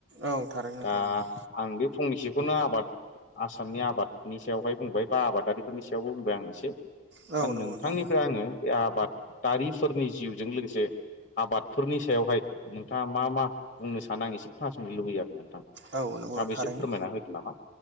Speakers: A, on the right; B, on the left.
A: औ थारैनो नोंथां
B: दा
A: नंगौ
B: आं बे फंनैसोखौनो आबाद आसामनि आबादनि सायावहाय बुंबाय बा आबादारिफोरनि सायावबो बुंबाय आं एसे
A: औ
B: दा नोंथांनिफ्राय
A: नंगौ नोंथां
B: आङो बे आबादारिफोरनि जिउजों लोगोसे आबादफोरनि सायावहाय नोंथाङा मा मा बुंनो सानो आं एसे खोनासंनो लुबैयो आरो नों थां नोंथाङाबो
A: औ नंगौ थारैनो
B: एसे फोरमायना होदो नामा?